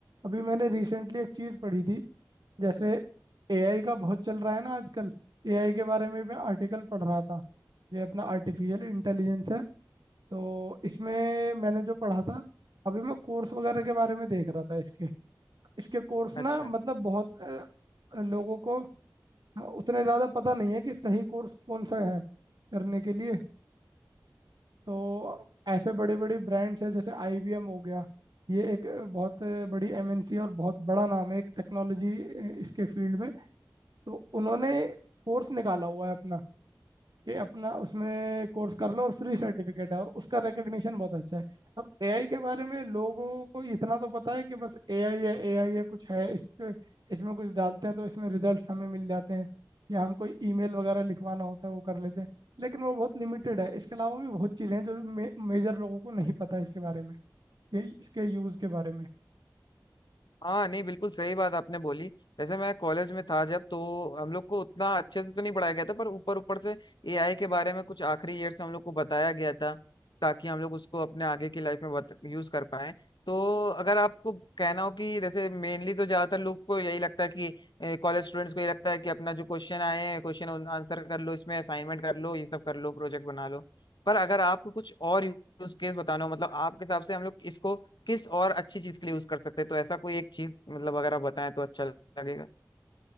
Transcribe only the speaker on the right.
अभी मैंने रिसेंटली एक चीज़ पढ़ी थी जैसे एआई का बहुत चल रहा है ना आजकल एआई के बारे में मैं आर्टिकल पढ़ रहा था ये अपना आर्टिफिशियल इंटेलिजेंस है तो इसमें मैंने जो पढ़ा था अभी मैं कोर्स वगैरह के बारे में देख रहा था इसके इसके कोर्स
ना मतलब बहुत अ, लोगों को उतने ज़्यादा पता नहीं है कि सही कोर्स कौन सा है करने के लिए तो ऐसे बड़े बड़े ब्रांड्स हैं जैसे IBM हो गया ये एक अ, बहुत अ, बड़ी एमएनसी है और बहुत बड़ा नाम है एक टेक्नोलॉजी इसके फील्ड में तो उन्होंने कोर्स निकाला हुआ है अपना कि अपना उसमें कोर्स कर लो और फ्री सर्टिफिकेट है और उसका रिकग्निशन बहुत अच्छा है अब एआई के बारे में लोगों को इतना तो पता है कि बस एआई है एआई है कुछ है इसके इसमें कुछ डालते हैं तो इसमें रिजल्ट्स हमें मिल जाते हैं या हम कोई ईमेल वगैरह लिखवाना होता है वो कर लेते हैं लेकिन वो बहुत लिमिटेड है इसके अलावा भी बहुत चीज़ें हैं जो मे, मेजर लोगों को नहीं पता इसके बारे में ये इसके यूज़ के बारे में